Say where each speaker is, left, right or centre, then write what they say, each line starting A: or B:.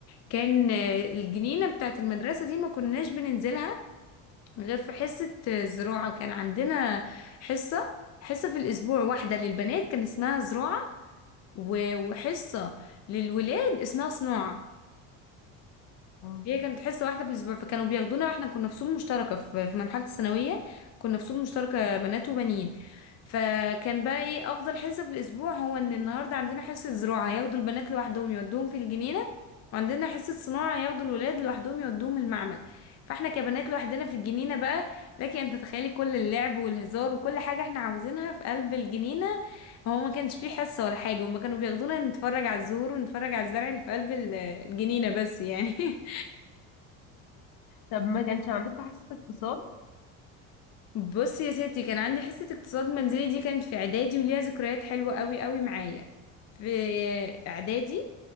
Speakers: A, on the left; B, on the left.
A: كان آه، الجنينة بتاعت المدرسة دي ما كناش بننزلها غير في حصة آه، زراعة كان عندنا حصة حصة في الأسبوع واحدة للبنات كان اسمها زراعة و- وحصة للولاد اسمها صناعة
B: آه.
A: هي كانت حصة واحدة في الأسبوع فكانوا بياخدونا واحنا كنا في فصول مشتركة في في مرحلة الثانوية كنا في فصول مشتركة بنات وبنين فكان بقى ايه أفضل حصة في الأسبوع هو إن النهاردة عندنا حصة زراعة هياخدوا البنات لوحدهم يودوهم في الجنينة وعندنا حصة صناعة ياخدوا الولاد لوحدهم يودوهم المعمل فاحنا كبنات لوحدنا في الجنينة بقى لكن انت تخيلي كل اللعب والهزار وكل حاجة احنا عاوزينها في قلب الجنينة هو ما كانش فيه حصة ولا حاجة هما كانوا بياخدونا نتفرج على الزهور ونتفرج على الزرع اللي في قلب ال- الجنينة بس يعني <laughs>
B: طب ما كانش عندكم حصة اقتصاد؟
A: بص يا ستي كان عندي حصة اقتصاد منزلي دي كانت في اعدادي وليها ذكريات حلوة قوي قوي معايا في اعدادي